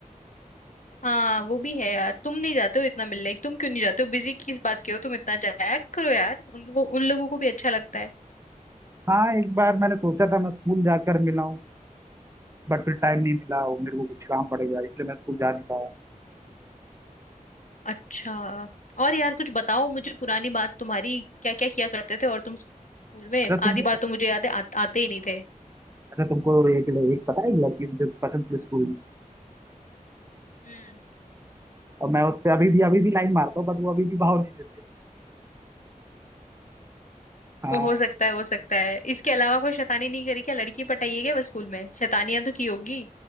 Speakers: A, on the left (about 60°); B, on the right (about 20°).
A: हाँ वो भी है यार तुम नहीं जाते हो इतना मिलने तुम क्यों नहीं जाते हो बिजी किस बात के हो तुम इतना जाया करो यार उन लोगों उन लोगों को भी अच्छा लगता है
B: हाँ एक बार मैंने सोचा था मैं स्कूल जाकर मिला हूँ बट फिर टाइम नहीं मिला और मेरे को कुछ काम पड़ गया इसलिए मैं स्कूल जा नहीं पाया
A: अच्छा और यार कुछ बताओ मुझे पुरानी बात तुम्हारी क्या क्या किया करते थे और तुम स्कूल में
B: अच्छा तुम
A: आधी बार तो मुझे याद है आ, आते ही नहीं थे
B: अच्छा तुमको एक एक पता है एक लड़की मुझे पसंद थी स्कूल में
A: हम्म
B: और मैं उस पे अभी भी अभी भी लाइन मारता हूँ बट वो अभी भी भाव नहीं देती हाँ
A: वो हो सकता है हो सकता है इसके अलावा कोई शैतानी नहीं करी क्या लड़की पटाई है क्या बस स्कूल में शैतानियां तो की होगी